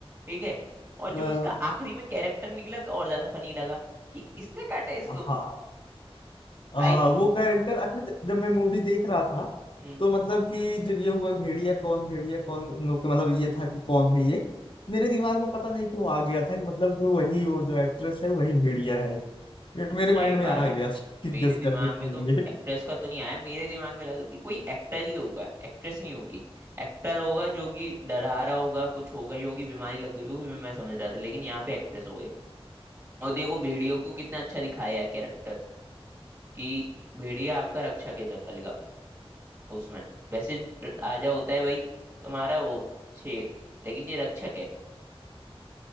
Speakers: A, on the right; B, on the left.
A: ठीक है और
B: अ,
A: जो उसका आखिरी में कैरेक्टर निकला तो और ज्यादा फनी लगा कि इसने काटा इसको
B: हाँ हाँ
A: आई
B: वो कैरेक्टर अच्छा ज- जब मैं मूवी देख रहा था
A: हम्म
B: तो मतलब कि जब ये हुआ भेड़िया कौन भेड़िया कौन उन लोग के मतलब ये था कि कौन है ये मेरे दिमाग में पता नहीं क्यों आ गया था कि मतलब कि वही वो जो एक्ट्रेस है वही भेड़िया है ये मेरे
A: नहीं
B: माइंड में
A: भाई
B: आ गया था
A: मेरे
B: कि गेस
A: दिमाग
B: करने के
A: में तो
B: लिए
A: एक्ट्रेस का तो नहीं आया मेरे दिमाग में लगा कि कोई एक्टर ही होगा एक्ट्रेस नहीं होगी एक्टर होगा जो कि डरा रहा होगा कुछ हो गई होगी बीमारी लग गई होगी मैं समझ रहा था लेकिन यहाँ पे एक्ट्रेस हो गई और देखो भेड़ियों को कितना अच्छा दिखाया है कैरेक्टर कि भेड़िया आपका रक्षक है जंगल का उसमें वैसे राजा होता है भाई तुम्हारा वो शेर लेकिन ये रक्षक है